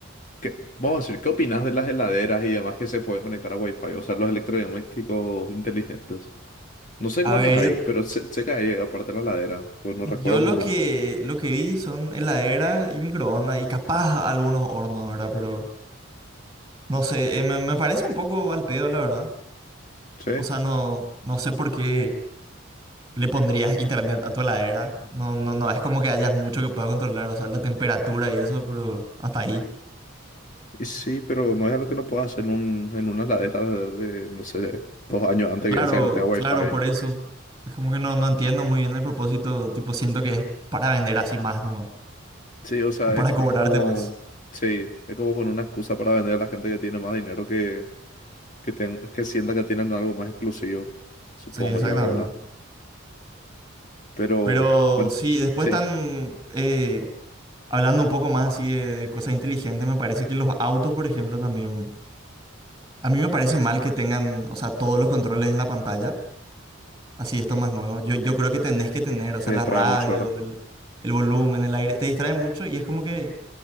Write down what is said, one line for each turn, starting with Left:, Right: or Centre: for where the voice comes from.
Left: ¿Qué- vamos a decir, ¿qué opinas de las heladeras y demás que se pueden conectar a Wi-Fi? O sea, los electrodomésticos inteligentes. No sé
Right: a
Left: cuáles
Right: ver,
Left: hay,
Right: yo,
Left: pero se sé que aparte de la heladera, pero no
Right: yo
Left: recuerdo
Right: lo
Left: más
Right: que,
Left: ahora.
Right: lo que vi son heladeras y microondas y capaz algunos hornos, ¿verdad? Pero no sé, eh, me, me parece un poco al pedo, la verdad.
Left: Sí,
Right: O sea, no, no sé por qué le pondrías internet a tu heladera. No, no, no, es como que hayas mucho que puedas controlar, o sea, la temperatura y eso, pero hasta ahí.
Left: y sí, pero no es algo que no puedas hacer en, un, en una heladera de, de, no sé, dos años antes
Right: Claro,
Left: que esa que no tenga Wi-Fi.
Right: claro, por eso. Es como que no, no entiendo muy bien el propósito. Tipo, siento que es para vender así más nomás.
Left: Sí, o sea,
Right: O para
Left: es como,
Right: cobrarte más.
Left: sí, es como con una excusa para vender a la gente que tiene más dinero que, que, ten- que sienta que tienen algo más exclusivo, supongo
Right: Sí, exactamente.
Left: yo, ¿verdad? Pero,
Right: Pero
Left: bueno,
Right: sí, después
Left: sí,
Right: están eh, hablando un poco más así de, de cosas inteligentes. Me parece que los autos, por ejemplo, también. A mí me parece mal que tengan, o sea, todos los controles en la pantalla. Así, esto más nuevo. Yo, yo creo que tenés que tener, o sea,
Left: se
Right: la
Left: distrae
Right: radio,
Left: mucho, ¿verdad?
Right: el, el volumen, el aire. Te distrae mucho y es como que.